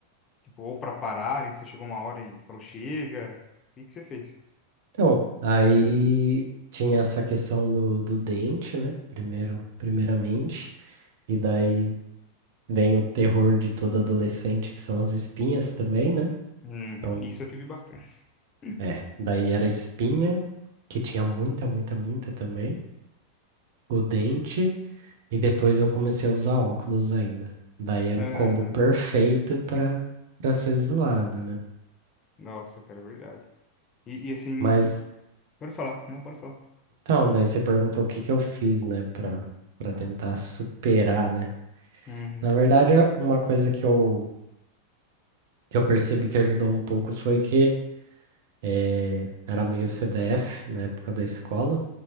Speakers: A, on the left; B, on the right.
A: Tipo, ou pra pararem, você chegou uma hora e falou, chega. O que que você fez?
B: Então, aí tinha essa questão do, do dente, né? Primeiro, primeiramente, e daí vem o terror de todo adolescente, que são as espinhas também, né?
A: Uhum.
B: Então,
A: Isso eu tive bastante. <laughs>
B: é, daí era a espinha, que tinha muita, muita, muita também, o dente, e depois eu comecei a usar óculos ainda. Daí era
A: Aham.
B: o combo perfeito para para ser zoado, né?
A: Nossa, cara, é verdade. E, e assim,
B: Mas,
A: o, o- Pode falar, não, pode falar.
B: então, daí você perguntou o que que eu fiz, né, para para tentar superar, né?
A: Uhum.
B: Na verdade, a- uma coisa que eu, que eu percebi que ajudou um pouco foi que eh, era meio CDF na época da escola.